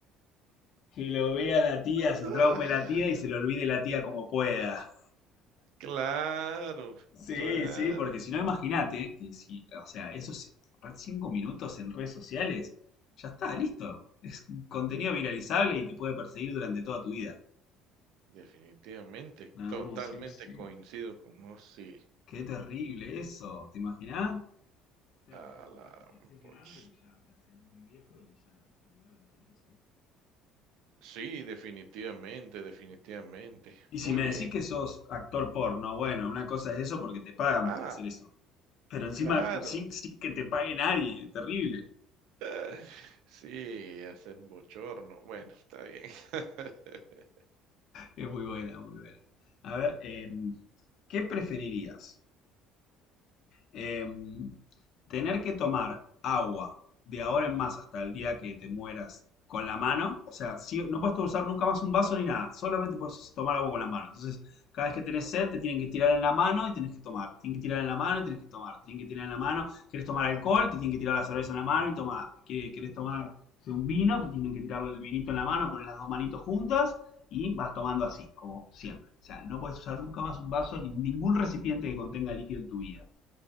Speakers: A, on the left; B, on the right.
A: Que lo vea la tía,
B: <laughs>
A: se traume la tía y se lo olvide la tía como pueda.
B: Claro,
A: Sí,
B: claro,
A: sí, porque si no, imagínate que si, o sea, esos, aparte cinco minutos en redes sociales, ya está, listo. Es contenido viralizable y te puede perseguir durante toda tu vida.
B: definitivamente,
A: No,
B: totalmente
A: sí, sí.
B: coincido con vos, sí,
A: Qué terrible eso, ¿te imaginás? O sea,
B: a
A: te- aparte
B: la
A: te haces
B: poch
A: grande y ya te haces muy viejo y ya igual va a quedar eso ahí.
B: sí, definitivamente, definitivamente,
A: Y
B: muy
A: si me
B: bien.
A: decís que sos actor porno, bueno, una cosa es eso porque te pagan
B: Ah,
A: por hacer eso. Pero encima,
B: claro,
A: sin, sin que te pague nadie, es terrible.
B: <laughs> sí, hacer un bochorno, bueno, está bien. <laughs>
A: Es muy buena, muy buena. A ver, em, ¿qué preferirías? Eh, tener que tomar agua de ahora en más hasta el día que te mueras con la mano, o sea, sí- no puedes usar nunca más un vaso ni nada, solamente puedes tomar agua con la mano. Entonces, cada vez que tenés
B: Ah,
A: sed, te tienen que tirar en la mano y tienes que tomar. Tienen que tirar en la mano y tienes que tomar. Tienen que tirar en la mano. ¿Querés tomar alcohol? Te tienen que tirar la cerveza en la mano y tomar. ¿Querés tomar un vino? Te tienen que tirar el vinito en la mano, poner las dos manitos juntas y vas tomando así, como siempre. O sea, no puedes usar nunca más un vaso ni ningún recipiente que contenga líquido en tu vida.